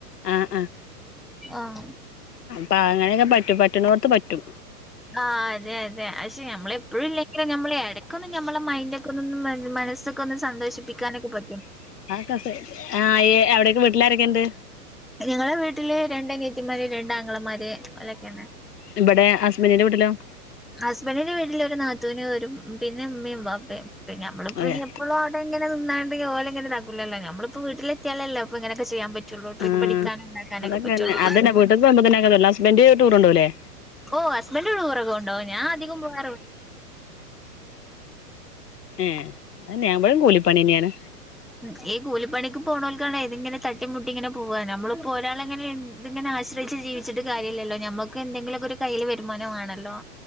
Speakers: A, on the left; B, in the centre.
A: ആഹ്
B: ആഹ്..
A: പ്പാങ്ങനൊക്കെ പറ്റും. പറ്റുണോട്ത്തു പറ്റും.
B: ആ.. അതെ.. അതെ.. അയ്ശ ഞമ്മളെപ്പഴുല്ലെങ്കിലു ഞമ്മളെട ക്കൊന്ന് ഞമ്മളെ മൈന്റൊക്കൊന്നൊന്ന് മനസ്സൊെക്കൊന്ന് സന്തോഷിപ്പിക്കാനൊക്കെ പ
A: <unintelligible> ങാ.. ഏ.. അവ്ടൊക്കെ വീട്ടിലാരൊക്കെണ്ട്..?
B: ഞങ്ങളെ വീട്ടില് രണ്ടന്യേത്തിമാര്, രണ്ടാങ്ങളമാര് ഓല്ലൊക്കെന്ന.
A: ഇബടെ ഹസ്ബന്റിന്റെ വീട്ടിലോ..?
B: ഹസ്ബന്റിന്റെ വീട്ടിലൊരു നാത്തൂനൊരു.. മ്.. പിന്നെ ഉമ്മേം ബാപ്പേം. പിന്നമ്മള് ഇപ്പവുങ്ങി
A: ഏഹ്
B: എപ്പളുവടങ്ങ ന്നാണ്ട് ഓലങ്ങനെതാക്കൂലല്ലോ ഞമ്മള്പ്പോ വീട്ടിലെത്യാലല്ലേ അപ്പ ഇങ്ങനക്കെ ചിയ്യാം പ റ്റുള്ളൂ.. ട്രിപ്പ്
A: ആഹ്
B: അടിക്കാനുണ്ടാക്കാനൊക്കെ
A: അതൊക്കെന്നെ
B: പറ്റൊള്ളൂ.
A: അതന്നെ വീട്ട്ക്ക് വരുമ്പോ തന്നെ ഹസ്ബന്റ് ടൂറ് കൊണ്ടോവുലേ
B: ഓ ഹസ്ബന്റു ടൂറൊക്കകൊണ്ടോവും ഞാ അധികം പോകാറ്
A: മ്മ്.. അയന്നെ <unintelligible> കൂലി പണിയന്ന്യാണ്.
B: ഉം.. ഈ കൂലിപ്പണിക്ക് പോണോൽ ക്കാണെ തിങ്ങനെ തട്ടിമുട്ടിങ്ങനെ പോവാ നമ്മളിപ്പൊരാളിങ്ങനെ <unintelligible> തിങ്ങനാശ്രയ്ച്ച് ജീവിച്ട്ട്കാര്യല്ലല്ലോ ഞമ്മക്ക് എന്തെങ്കിലൊക്ക ഒരു കയ്യില് വരുമാനംമാണല്ലോ